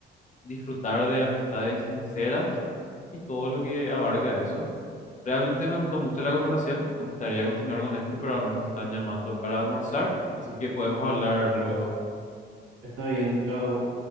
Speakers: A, on the left (about 40°); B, on the right (about 85°).
A: disfrutar de amistades sinceras y todo lo que abarca eso. Realmente me gustó mucho la conversación, me gustaría continuar con esto, pero ahora mismo me están llamando para almorzar, así que podemos hablar luego.
B: Está bien, chao.